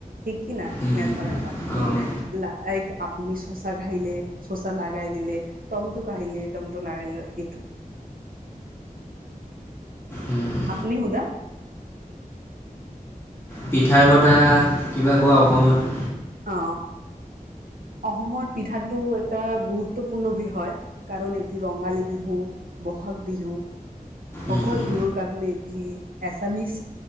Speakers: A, on the right; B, on the left.
A: ঠিক কি না
B: উম, উম,
A: নেচাৰেল হয়
B: অঁ।
A: লাইক আপুনি চচা ঘাইলে চচা লগাই দিলে টমেটো কাহিলে টমেটটো লাগাই ল এইটো
B: উম, উম।
A: আপুনি সুদা
B: পিঠাৰ কটা কিবা কোৱা অকমান।
A: অঁ, অসমৰ পিঠাটো এটা গুৰুত্বপূৰ্ণ বিষয়। কাৰণ এইটো ৰঙালী বিহু বহাগ বিহু
B: উম,
A: অকল
B: হুম,
A: বিহুৰ কাৰণে এটি এছামিছ